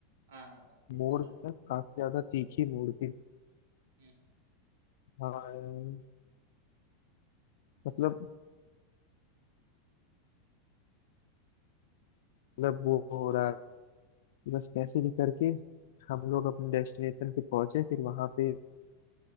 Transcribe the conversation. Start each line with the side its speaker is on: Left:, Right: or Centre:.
Right: हाँ भाई सही
Left: मोड़
Right: बोल
Left: था काफी ज्यादा तीखी मोड़ थी
Right: रहे हम्म
Left: हाँ यार मतलब मतलब वो हो रहा कि बस कैसे भी करके हम लोग अपने डेस्टिनेशन पे पहुंचे फिर वहां पे